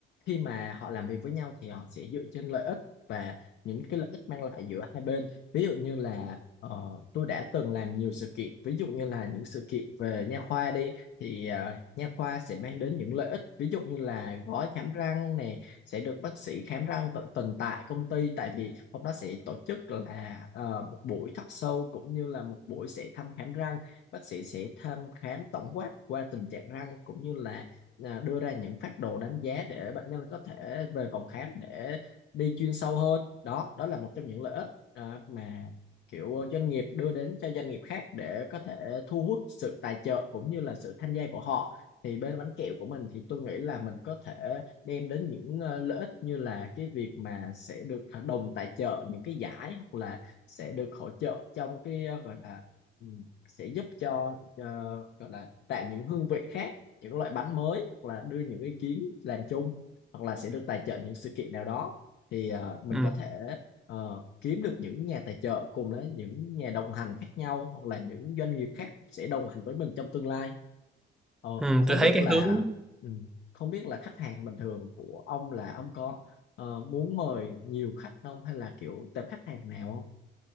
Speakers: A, on the left; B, in the centre.
A: khi mà họ làm việc với nhau thì họ sẽ dựa trên lợi ích và những cái lợi ích mang lại giữa hai bên. Ví dụ như là ờ, tôi đã từng làm nhiều sự kiện, ví dụ như là những sự kiện về nha khoa đi thì ờ, nha khoa sẽ mang đến những lợi ích, ví dụ như là gói khám răng nè, sẽ được bác sĩ khám răng tận tình tại công ty tại vì hôm đó sẽ tổ chức là ờ, một buổi talk show cũng như là một buổi sẽ thăm khám răng bác sĩ sẽ thăm khám tổng quát qua tình trạng răng cũng như là à, đưa ra những phác đồ đánh giá để bệnh nhân có thể về phòng khám để đi chuyên sâu hơn đó đó là một trong những lợi ích à, mà kiểu doanh nghiệp đưa đến cho doanh nghiệp khác để có thể thu hút sự tài trợ cũng như là sự tham gia của họ thì bên bánh kẹo của mình thì tôi nghĩ là mình có thể đem đến những ờ, lợi ích như là cái việc mà sẽ được đồng tài trợ những cái giải hoặc là sẽ được hỗ trợ trong cái ờ, gọi là ừ, sẽ giúp cho ờ, gọi là tạo những hương vị khác những loại bánh mới hoặc là đưa những ý kiến làm chung hoặc là sẽ được tài trợ những sự kiện nào đó thì ờ, mình
B: ừ.
A: có thể ờ, kiếm được những nhà tài trợ cùng với những nhà đồng hành khác nhau hoặc là những doanh nghiệp khác sẽ đồng hành với mình trong tương lai Ờ,
B: ừ.
A: không
B: tôi thấy
A: biết
B: cái
A: là
B: hướng
A: ừ, không biết là khách hàng bình thường của ông là ông có ờ, muốn mời nhiều khách không hay là kiểu tệp khách hàng nào không?